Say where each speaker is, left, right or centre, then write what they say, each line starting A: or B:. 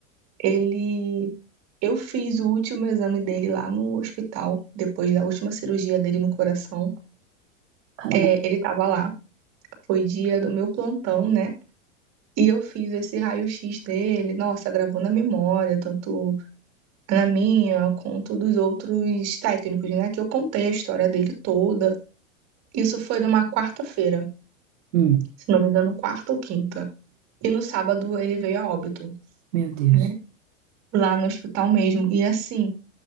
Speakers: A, on the right; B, on the right.
A: ele. Eu fiz o último exame dele lá no hospital, depois da última cirurgia dele no coração.
B: Cala
A: É,
B: a boca.
A: ele estava lá, foi dia do meu plantão, né? E eu fiz esse raio-x dele. Nossa, gravou na memória, tanto na minha quanto dos outros técnicos, né? Que eu contei a história dele toda. Isso foi numa quarta-feira.
B: Hum,
A: se não me engano, quarta ou quinta. E no sábado ele veio a óbito,
B: meu Deus.
A: né? Lá no hospital mesmo. E assim,